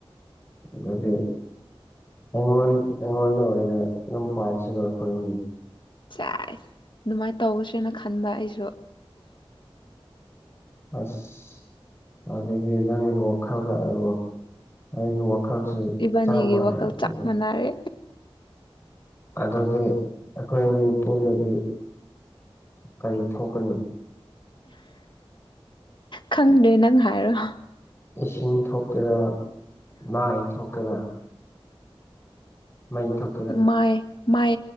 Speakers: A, on the left; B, on the left.
A: ꯑꯗꯨꯗꯤ ꯑꯩꯉꯣꯟ ꯑꯩꯉꯣꯟꯗ ꯑꯣꯏꯅ ꯌꯨꯝ ꯄꯥꯟꯁꯤꯕ ꯑꯩꯈꯣꯏꯅꯤ꯫
B: ꯆꯁ ꯑꯗꯨꯃꯥꯏꯅ ꯇꯧꯁꯦꯅ ꯈꯟꯕ ꯑꯩꯁꯨ꯫
A: ꯑꯁ ꯑꯗꯨꯗꯤ ꯅꯪꯒꯤ ꯋꯥꯈꯜꯗ ꯑꯩ ꯑꯩꯒꯤ ꯋꯥꯈꯜ꯫
B: ꯏꯕꯥꯅꯤꯒꯤ
A: ꯆꯥꯃꯅ
B: ꯋꯥꯈꯜ
A: ꯊꯨꯒ꯫
B: ꯆꯞ ꯃꯥꯟꯅꯔꯦ
A: ꯑꯗꯨꯗꯤ ꯑꯩꯈꯣꯏ ꯑꯅꯤ ꯄꯨꯜꯂꯗꯤ꯫ ꯀꯔꯤ ꯊꯣꯛꯀꯅꯤ꯫
B: ꯈꯪꯗ꯭ꯔꯦ ꯅꯪ ꯍꯥꯏꯔꯣ꯫
A: ꯏꯁꯤꯡ ꯊꯣꯛꯀꯦꯔꯥ ꯃꯥꯏ ꯊꯣꯛꯀꯦꯔꯥ꯫ ꯃꯩꯊꯣꯛ꯫
B: ꯃꯥꯏ ꯃꯥꯏ